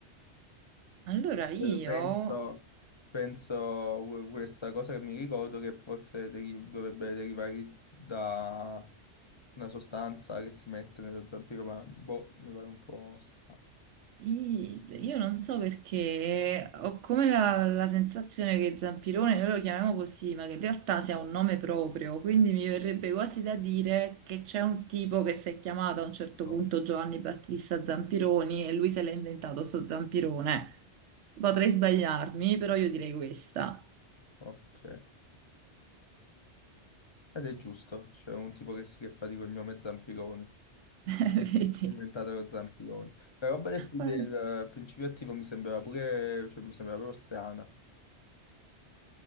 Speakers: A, on the right; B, on the left.
A: Allora io,
B: Eh, Penso, penso que- questa cosa che mi ricordo che forse deri- dovrebbe derivare da una sostanza che si mette nello zampiro, ma boh, mi pare un po' strano.
A: i- io non so perché ho come la, la sensazione che zampirone noi lo chiamiamo così, ma che in realtà sia un nome proprio, quindi mi verrebbe quasi da dire che c'è un tipo che si è chiamato a un certo
B: Zampironi.
A: punto Giovanni Battista Zampironi e lui se l'è inventato sto zampirone. Potrei sbagliarmi, però io direi questa.
B: Ok. Ed è giusto, c'è un tipo che, si, che fa di cognome Zampironi, ha
A: <laughs> Vedi?
B: inventato lo Zampironi. La roba del, del
A: Eh,
B: eh, principio attivo mi sembrava pure, cioè mi sembrava proprio strana.